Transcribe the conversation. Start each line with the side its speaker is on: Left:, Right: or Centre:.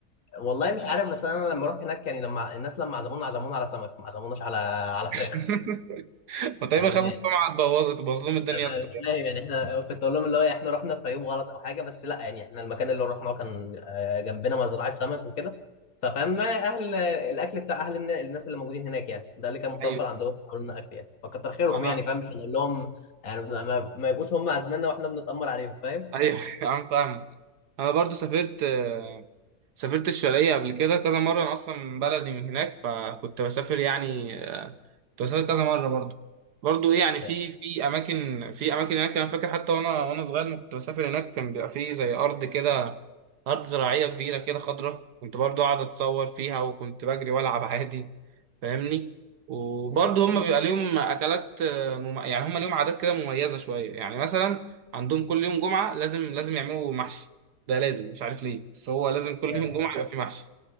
Left: والله مش عارف بس انا لما رحت هناك يعني لما الناس لما عزمونا عزمونا على سمك ما عزموناش على على فراخ
Right: <laughs> وتقريبا
Left: آه،
Right: خافوا السمعه تبوظ تبوظ لهم الدنيا
Left: انا
Right: اكتر
Left: مش
Right: يعني.
Left: فاهم يعني احنا كنت اقول لهم اللي هو إيه، احنا رحنا في يوم غلط او حاجه بس لا يعني احنا المكان اللي رحناه كان آه، جنبنا مزرعه سمك وكده ففاهم ما اهل الاكل بتاع اهل الن- الناس اللي موجودين هناك يعني ده اللي كان متوفر
Right: ايوه
Left: عندهم عملوا لنا اكل يعني فكتر خيرهم
Right: انا
Left: يعني فاهم مش هنقول لهم يعني ما ما- ما يبقوش هم عازميننا واحنا بنتامر عليهم فاهم
Right: ايوه <laughs> انا فاهمك انا برضو سافرت آه، سافرت الشرقية قبل كده كذا مرة انا اصلا من بلدي من هناك فكنت بسافر يعني آه، كنت بسافر كذا مرة برضو برضو ايه يعني في
Left: يعني
Right: في اماكن في اماكن هناك انا فاكر حتى وانا وانا صغير لما كنت بسافر هناك كان بيبقى فيه زي ارض كده ارض زراعية كبيرة كده خضرة كنت برضو قاعد اتصور فيها وكنت بجري والعب عادي فاهمني وبرضو
Left: مم.
Right: هم بيبقى ليهم اكلات آه، مم... يعني هم ليهم عادات كده مميزة شوية يعني مثلا عندهم كل يوم جمعة لازم لازم يعملوا محشي ده لازم مش عارف ليه بس هو لازم كل
Left: آه،
Right: يوم جمعه يبقى في محشي